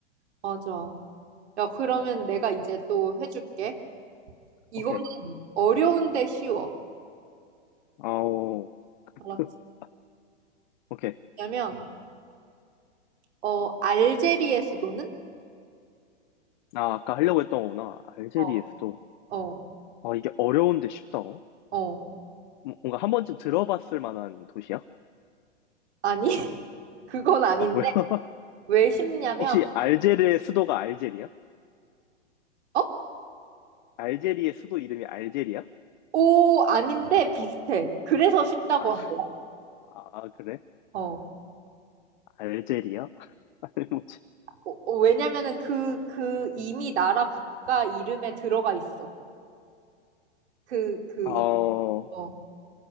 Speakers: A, on the right (about 65°); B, on the left (about 40°).
A: 맞아. 야, 그러면 내가 이제 또 해줄게. 이거는
B: 오케이.
A: 어려운데 쉬워.
B: 아오. <laughs>
A: 알았지?
B: 오케이.
A: 왜냐면, 어, 알제리의 수도는?
B: 아, 아까 하려고 했던 거구나. 알제리의
A: 어,
B: 수도.
A: 어,
B: 아, 이게 어려운데 쉽다고?
A: 어.
B: 뭔가 한 번쯤 들어봤을 만한 도시야?
A: 아니, <laughs> 그건 아닌데.
B: 아, 뭐야? <laughs>
A: 왜 쉽냐면,
B: 혹시 알제르의 수도가 알제리야?
A: 어?
B: 알제리의 수도 이름이 알제리야?
A: 오, 아닌데 비슷해. 그래서 쉽다고
B: 아,
A: 한 거야.
B: 아, 그래?
A: 어.
B: 알제리야? <laughs> 아니, 뭐지?
A: 어, 어, 왜냐면은 그, 그 이미 나라 국가 이름에 들어가 있어. 그, 그,
B: 어,
A: 이- 어.